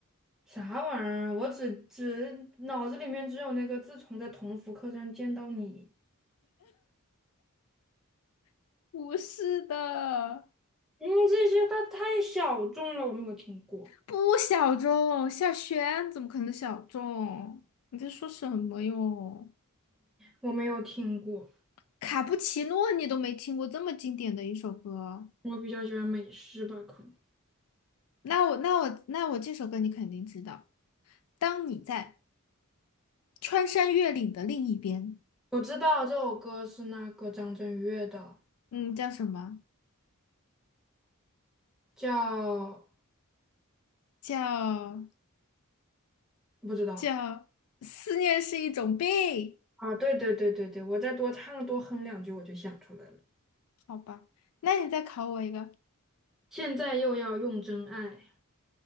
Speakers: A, in the centre; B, on the left.
A: 啥玩意儿啊？我只只脑子里面只有那个自从在同福客栈见到你，
B: 不是的，
A: 嗯，这些它太小众了，我没有听过，
B: 不小众，夏轩怎么可能小众？你在说什么哟？
A: 我没有听过。
B: 卡布奇诺你都没听过这么经典的一首歌，
A: 我比较喜欢美式吧，可能。
B: 那我那我那我这首歌你肯定知道。当你在穿山越岭的另一边，
A: 我知道这首歌是那个张震岳的，
B: 嗯，叫什么？
A: 叫
B: 叫
A: 不知道
B: 叫思念是一种病，
A: 啊，对对对对对，我再多唱多哼两句我就想出来了。
B: 好吧？那你再考我一个。
A: 现在又要用真爱，